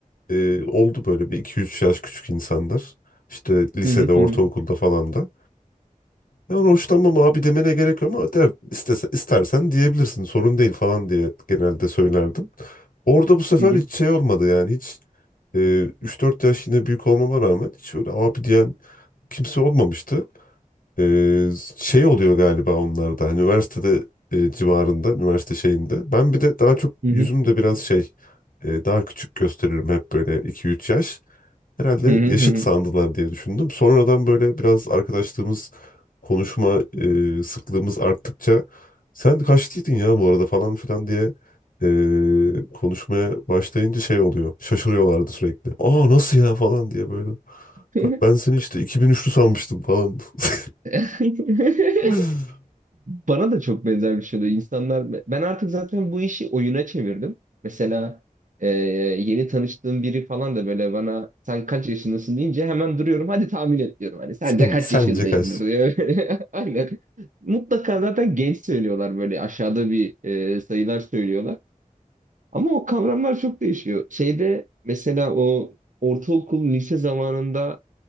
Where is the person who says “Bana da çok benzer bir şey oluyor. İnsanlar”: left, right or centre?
Right